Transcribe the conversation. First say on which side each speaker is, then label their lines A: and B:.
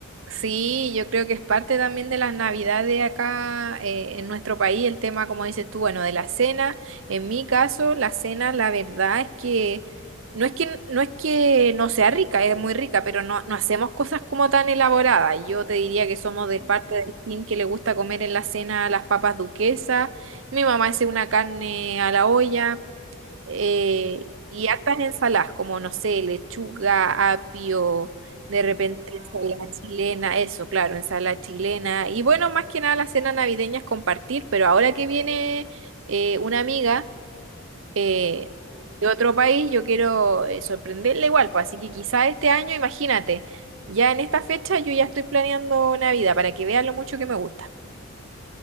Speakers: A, on the right (about 65°); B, on the right (about 25°).
A: Sí, yo creo que es parte también de las navidades acá eh, en nuestro país, el tema, como dices tú, bueno, de la cena. En mi caso, la cena, la verdad es que no es que no es que no sea rica, es muy rica, pero no, no hacemos cosas como tan elaboradas. Yo te diría que somos de parte
B: Mm, Ya,
A: del team que le gusta comer en la cena las papas duquesas. Mi mamá hace una carne a la olla eh, y
B: rico.
A: hartas ensaladas, como no sé, lechuga, apio, de repente
B: Tomate.
A: ensalada chilena, eso, claro, ensalada chilena. Y bueno, más que nada la cena navideña es compartir, pero ahora que viene eh, una amiga eh,
B: Ah, sí.
A: de otro país, yo quiero eh, sorprenderla igual, pues así que quizá este año, imagínate, ya en esta fecha yo ya estoy planeando Navidad para que vean lo mucho que me gusta.